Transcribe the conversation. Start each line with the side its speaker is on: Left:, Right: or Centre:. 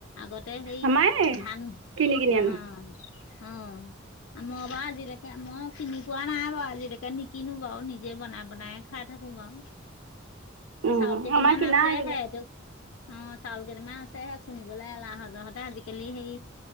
Left: আগতে সেই
Right: আমাৰে
Left: ধান
Right: কিনি কিনি আনো
Left: অ অ মই বাৰু আজিলেকে মই কিনি পোৱা নাই বাৰু আজিলেকে নিকিনো বাও নিজে বনাই বনাই খাই থাকো বাও
Right: উম
Left: চাউল কেইটামান
Right: আমাৰ কিনা
Left: আছেহে
Right: কিনা
Left: অঁ চাউল কেইটামান আছেহে, খুন্দিবলে এলাহজতে আজিকালি সেই